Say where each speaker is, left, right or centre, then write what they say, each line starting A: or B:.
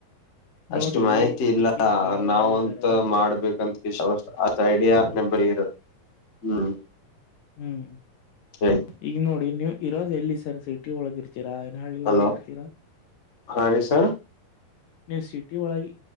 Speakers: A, on the left; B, on the left.
A: ಅಷ್ಟ್
B: ನೋಡಿ
A: ಮಾಹಿತಿ ಇಲ್ಲ
B: ಈಗಿನ ಕಾಲ
A: ನಾವಂತ
B: ಒಳಗೆ ಸರ
A: ಮಾಡ್ಬೇಕಂತ ಅ ಐಡಿಯಾ ನ ಬರಿ ಇರು ಹ್ಮ್
B: ಹ್ಮ್
A: ಹೇಳಿ
B: ಈಗ ನೋಡಿ ನೀವು್ ಇರೋದ ಎಲ್ಲಿ ಸರ್ ಸಿಟಿ ಒಳಗಿರ್ತೀ ೀರಾ ಏನ ಹಳ್ಳಿ
A: ಹಲೋ
B: ಒಳಗ ಇರ್ತೀರಾ
A: ಹಾ ರೀ ಸರ್
B: ನೀವು ಸಿ ಸಿಟಿ ಒಳಗೆ